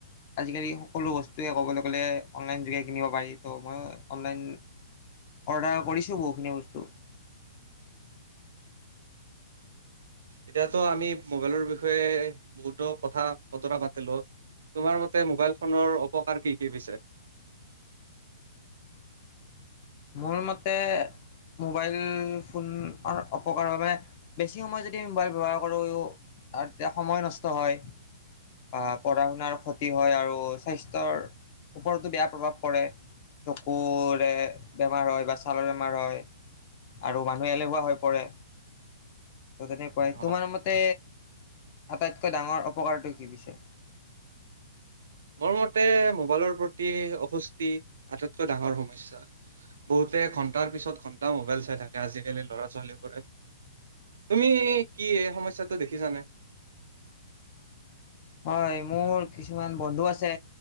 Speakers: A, on the left; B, on the right.
A: আজিকালি সকলো বস্তুৱে ক'বলৈ গ'লে অনলাইন যোগে কিনিব পাৰি ত' মিয়ো অনলাইন অৰ্ডাৰ কৰিছো বহুখিনি বস্তু।
B: এতিয়াতো আমি মোবাইলৰ বিষয়ে বহুতো কথা বতৰা পাতিলো। তোমাৰ মতে মোবাইল ফোনৰ অপকাৰ কি কি পিছে?
A: মোৰ মতে মোবাইল ফোনৰ অপকাৰৰ মানে বেছি সময় যদি মোবাইল ব্যৱহাৰ কৰো আৰু তেতিয়া সময় নষ্ট হয়। বা পঢ়া শুনাৰ ক্ষতি হয় আৰু স্বাস্থ্যৰ ওপৰতো বেয়া প্ৰভাৱ পৰে। চুকুৰৰে বেমাৰ হয় বা ছালৰ বেমাৰ হয় আৰু মানুহে এলেহুৱা হৈ পৰে। ত তেনেকুৱাই
B: অ
A: তোমাৰ মতে আটাইতকৈ ডাঙৰ অপকাৰটো কি পিছে?
B: মোৰ মতে মোবাইলৰ প্ৰতি অসস্তি আটাইতকৈ ডাঙৰ সমস্যা। বহুতে ঘন্টাৰ পিছত ঘন্টা মোবাইল চাই থাকে আজিকালি ল'ৰা তুমি কি এই সমস্্যাতটো দেখিছানে?
A: <inaudible> হয় মোৰ কিছুমান বন্ধু আছে